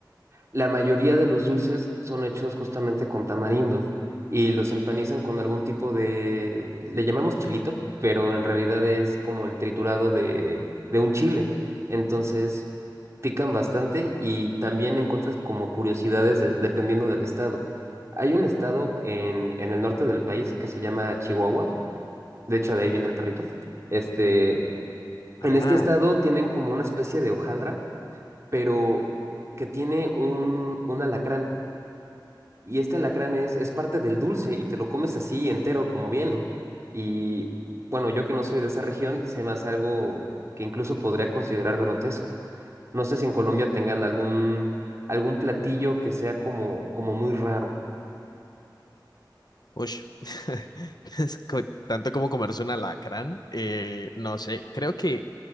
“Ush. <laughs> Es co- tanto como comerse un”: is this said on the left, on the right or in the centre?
Left